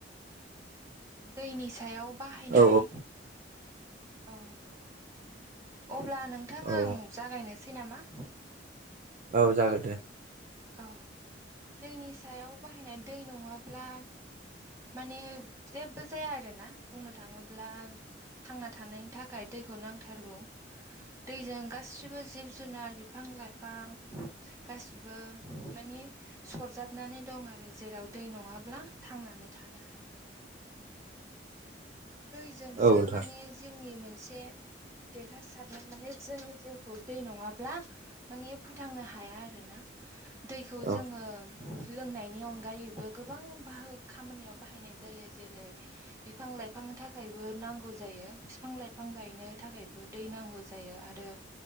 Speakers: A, on the right; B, on the right.
A: दैनि सायाव बाहायनाय
B: औ
A: औ अब्ला नोंथां
B: औ
A: आं जागायनोसै नामा?
B: औ जागोन। दे
A: औ दैनि सायाव बाहायनाय दै नङाब्ला माने जेबो जाया आरोना बुंनो थाङोब्ला थांना थानायनि थाखाय दै खौ नांथारगौ दैजों गासिबो जिब जुनार बिफां लाइफां गासिबो मानि सरजाबनानै दं आरो जेराव दै नङाब्ला थांनानै था नो हाया। दैजोंसो
B: औ नोंथां
A: माने जिउनि मोनसे देरहासारनाय माने जोंनि जिउखौ दै नङाब्ला माने फोथांनो हाया आरो ना। दैखौ
B: औ
A: जोङो लोंनायनि अनगायैबो गोबां बाहो खामानियाव बाहायनाय जायो। जेरै बिफां लाइ बिफांनि थाखायबो नांगौ जायो फिफां लाइफां गायनो थाखायबो दै नांगौ जायो। आरो